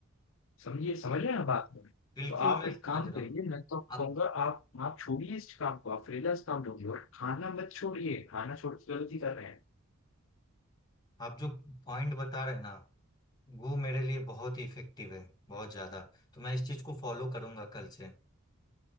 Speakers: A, on the left (about 60°); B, on the left (about 20°).
A: समझिए समझ रहे हैं आप बात को?
B: बिल्कुल
A: तो आप
B: मैं
A: एक
B: समझ
A: काम
B: रहा
A: करिए
B: हूँ
A: मैं तो
B: आप
A: कहूँगा आप आप छोड़िए इस काम को आप फ्रीलांस काम ढूँढिए और खाना मत छोड़िए खाना छोड़ के गलती कर रहे हैं
B: आप जो पॉइंट बता रहे हैं ना वो मेरे लिए बहुत ही इफेक्टिव है बहुत ज्यादा तो मैं इस चीज को फॉलो करूंगा कल से